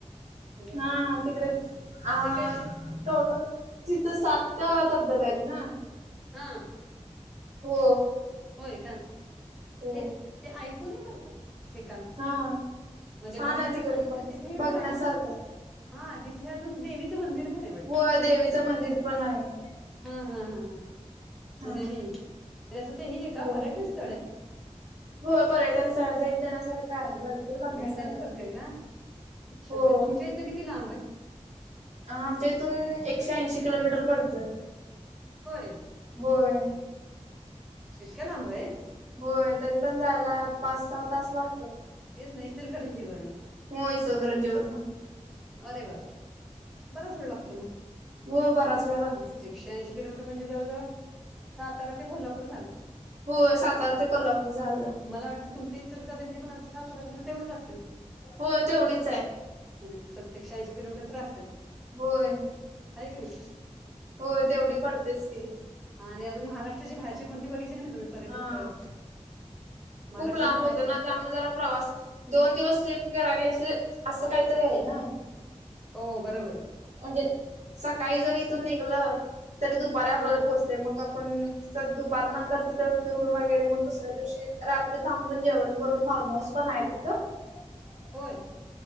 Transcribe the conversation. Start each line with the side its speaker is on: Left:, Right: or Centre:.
Centre: म्हणजे
Right: हा तिकडे अ
Centre: ते काहीतरी
Right: टोटल तिथं सात त्या धबधब्या आहेत ना
Centre: हा
Right: हो
Centre: होय का
Right: हो
Centre: ते ते ऐकून ये बरं का ठिकाण
Right: हा
Centre: मध्ये
Right: छान
Centre: बघण्यासारख
Right: आहे तिकड
Centre: आणि
Right: पण
Centre: आदथ हे
Right: बघण्यासारखं
Centre: पण आहे ना हा आ अजून देवीचं मंदिर पण आवटत
Right: व देवीचं मंदिर पण आहे
Centre: हा हा हा हा म्हणजे
Right: हा
Centre: ह असं ते ह आहे का
Right: हो
Centre: पर्यटन स्थळ आहे
Right: हो पर्यटन स्थळ भेट देण्यासारखं आहे भरपूर बघण्यासारखं
Centre: भेट देण्यासारखं
Right: तिथे
Centre: आहे का अच्छा
Right: हो
Centre: मग तुमच्या इथनं किती लांब आहे
Right: आमच्या इथून एकशे ऐंशी किलोमीटर पडतं
Centre: होय
Right: होय
Centre: इतक्या लांब आहे
Right: होय तरी पण जायला पाच सहा तास लागतात
Centre: हेच नाहीैसेल खरंजी वर्ण
Right: हो सल का रंजव वर्मा
Centre: अरे बापरे बराच वेळ लागतो मग
Right: हो बराच वेळ लागतो
Centre: एकशे ऐंशी किलोमीटर म्हणजे जवळ जवळ सातारा ते कोल्हापूर झालं.
Right: होय सातारा ते कोल्हापूर झालं
Centre: मला वाटतं तुमच इतर गजे पण आमचे सात तेवढंच असल
Right: हो तेवढीच आहे.
Centre: म्ह सत्यश ऐंशी किलोमीटर तर असेल.
Right: होय.
Centre: का ना <inaudible>
Right: हो तेवढी पडतेच की,
Centre: आणि महारा्ष्टच्या बाहेरची कोणती बघितली का नाही तुम्ही पर्यटन
Right: हा
Centre: स्थळ महाराष्ट्राची
Right: खूप लांब
Centre: बाहेरची
Right: होत ना त्यामुळे जरा प्रवास दोन दिवस स्लिप करावी असे असं काहीतरी आहे ना,
Centre: हो बरोबर आहे.
Right: म्हणजे सकाळी जरी इथून निघलं तरी दुपारी आपल्याला
Centre: हा
Right: पोहोचतेय मग आपण सग दुपारनंतर तिथ फिरून वगैरे मग दुसऱ्या दिवशी रात्री थांबून जेवण करून फॉर्म हाऊस पण आहे तिथं अ
Centre: होय.